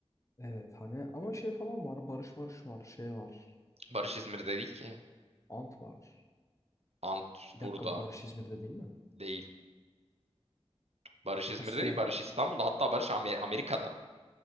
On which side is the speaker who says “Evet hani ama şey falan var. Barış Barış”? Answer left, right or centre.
Left